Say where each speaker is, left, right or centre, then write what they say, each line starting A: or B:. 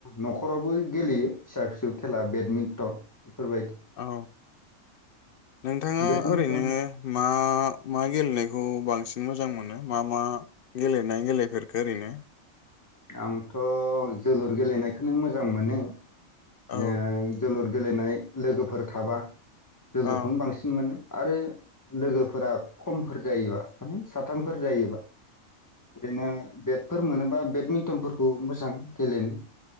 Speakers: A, on the left; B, on the left.
A: न'खरावबो गेलेयो फिसा फिसौ खेला बेडमिन्टन बेफोरबायदि
B: औ नोंथाङा
A: बेडमिन्टन
B: ओरैनो मा मा गेलेनायखौ बांसिन मोजां मोनो मा मा गेलेनाय गेलेफोरखौ ओरैनो?
A: आंथ' जोलुर गेलेनायखौनो मोजां मोनो
B: औ
A: जों जोलुर गेलेनाय लोगोफोर थाबा जोलुरखौनो
B: औ
A: बांसिन मोनो आरो लोगोफोरा खमफोर जायोबा सानै साथामफोर जायोबा ओरैनो बेटफोर मोनोबा बेटमि टनफोरखौ मोजां गेलेनो